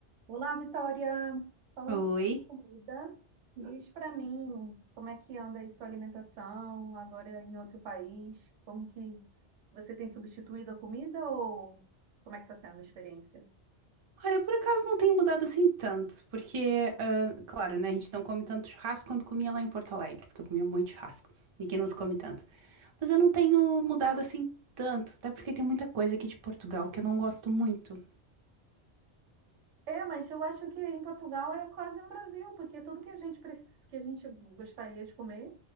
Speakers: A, on the right; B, on the right.
A: Olá, Vitória. Falando
B: Oi.
A: sobre comida, diz para mim como é que anda aí sua alimentação agora em outro país? Como que você tem substituído a comida ou como é que está sendo a experiência?
B: Olha, eu por acaso não tenho mudado assim tanto, porque, ah, claro, né, a gente não come tanto churrasco quanto comia lá em Porto Alegre, porque eu comia muito churrasco, e que não nos come tanto. Mas eu não tenho mudado assim tanto, até porque tem muita coisa aqui de Portugal que eu não gosto muito.
A: É, mas eu acho que em Portugal é quase um Brasil, porque tudo que a gente precis- que a gente gostaria de comer,